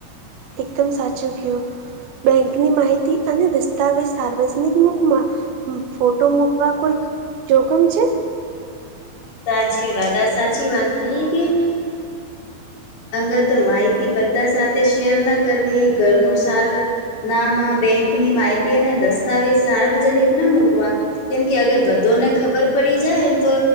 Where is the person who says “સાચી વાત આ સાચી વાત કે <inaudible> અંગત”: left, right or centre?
Left